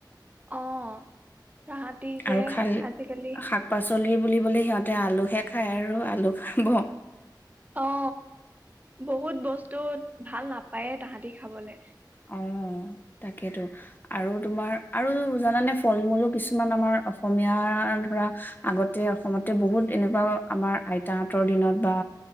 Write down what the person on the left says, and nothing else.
আৰু খাল
শাক -পাচলি বুলি। সিহঁতে আলুহে খায় আৰু আলু খাব।
অ তাকেইেতো আৰু তোমাৰ আৰু জানানে ফল মূলো কিছুমান আমাৰ অসমীয়াৰ ধৰা আগতে অসমতে বহুত এনেকুৱা আমাৰ আইতাহঁতৰ দিনত বা